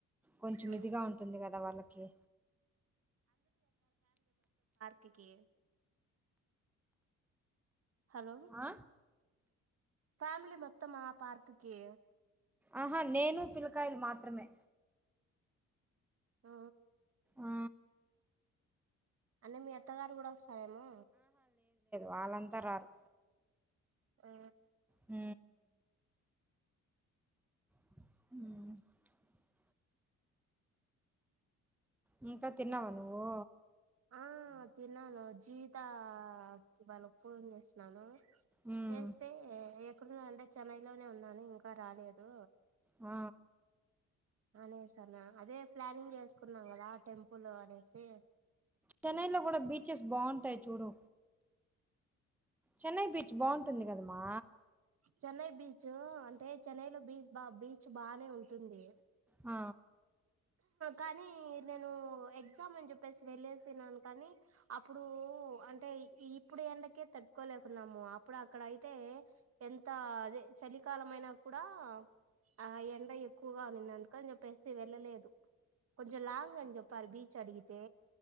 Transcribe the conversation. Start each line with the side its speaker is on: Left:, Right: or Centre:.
Centre: కొంచెం
Right: మ్మ్
Centre: ఇదిగా ఉంటుంది కదా వాళ్ళకి
Right: టికి హలో
Centre: ఆ
Right: ఫామిలీ మొత్తమా పార్కుకి
Centre: ఆహా నేను పిల్కాయలు మాత్రమే
Right: ఆ
Centre: ఆ
Right: అంనే మీ అత్తగారు కూడా వస్తారేమో
Centre: వాళ్ళంత రార్.
Right: ఆ
Centre: హ ఉ ఇంతా తిన్నావా నువ్వు
Right: ఆ తిన్నాను జీవితా క్ వాళ్ళకు ఫోన్ చేస్నాను.
Centre: మ్మ్
Right: చేస్తే ఎ కున్నాండే చెన్నైలోనే ఉన్నాను ఇంకా రాలేదు.
Centre: ఆ
Right: అనేసన అదే ప్లానింగ్ చేసుకున్నాం కదా టెంపుల్ అనేసి
Centre: చెన్నైలో కూడా బీచ్చెస్ బావుంటాయి చూడు చెన్నై బీచ్ బావుంటుంది కద మా
Right: చెన్నై బీచ్ అంటే చెన్నైలో బీచ్ బా బీచ్ బానే ఉంటుంది.
Centre: ఆ
Right: కానీ నేను ఎగ్జామ్ అని చెప్పేసి వెళ్ళసినను కానీ అప్పుడు అంటే ఇప్పుడు ఎండకే తట్టుకోలేకున్నాము అప్పుడు అక్కడ అయితే ఎంత అదే చలికాలం అయినా కూడా ఆ ఎండ ఎక్కువగా ఉనింది అందుకని చెప్పేసి వెళ్ళలేదు కొంచెం లాంగ్ అ చెప్ప పారు బీచ్ అడిగిది తే